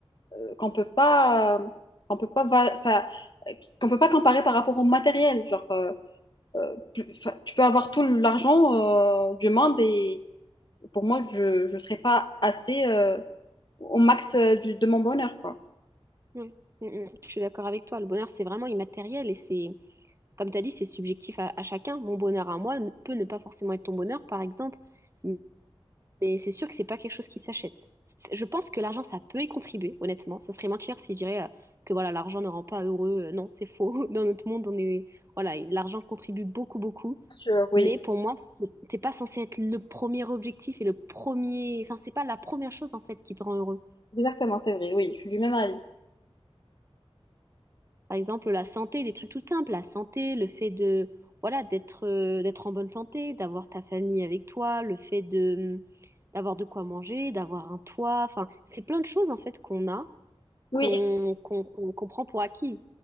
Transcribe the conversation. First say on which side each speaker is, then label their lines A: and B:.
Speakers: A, on the left; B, on the right.
A: euh, qu'on peut pas euh, qu'on peut pas va- enfin, euh, qu'on peut pas comparer par rapport au matériel. Genre, euh, euh, plus- enfin, tu peux avoir tout l'argent euh, du monde et pour moi, je ne serais pas assez euh, au max euh, du- de mon bonheur, quoi.
B: Oui. Mm, mm. Je suis d'accord avec toi. Le bonheur, c'est vraiment immatériel et c'est... comme tu as dit, c'est subjectif à, à chacun. Mon bonheur à moi ne- peut ne pas forcément être ton bonheur, par exemple, m- mais c'est sûr que c'est pas quelque chose qui s'achète. C'est- Je pense que l'argent, ça peut y contribuer, honnêtement. Ça serait mentir si je dirais euh, que voilà, l'argent ne rend pas heureux. Euh, Non, c'est faux. <laughs> Dans notre monde, on est voilà, l'argent contribue beaucoup, beaucoup.
A: Bien sûr, oui,
B: Mais pour moi, c'est c'est pas censé être le premier objectif et le premier, enfin, c'est pas la première chose en fait qui te rend heureux.
A: exactement, c'est vrai, oui, je suis du même avis.
B: Par exemple, la santé, des trucs tout simples, la santé, le fait de, voilà, d'être, euh, d'être en bonne santé, d'avoir ta famille avec toi, le fait de, mm, d'avoir de quoi manger, d'avoir un toit, enfin, c'est plein de choses en fait qu'on a,
A: Oui,
B: qu'on qu'on, qu'on- qu'on prend pour acquis.